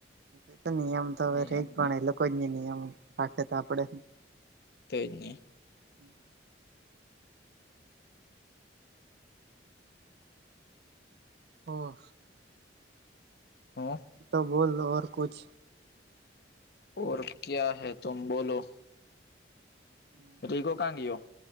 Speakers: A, on the right (about 55°); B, on the left (about 55°).
A: એ તો નિયમ તો હવે
B: નિયમને
A: રહી પણ એ લોકો જ નહી નિયમ રાખે તો આપડે.
B: તે જ ને.
A: <inaudible> હોવ
B: હમ્મ.
A: તો બોલ દો ઔર કુછ.
B: ઓર ક્યા હૈ તુમ બોલો.
A: હમ્મ.
B: રીકકો કાંગીઓ.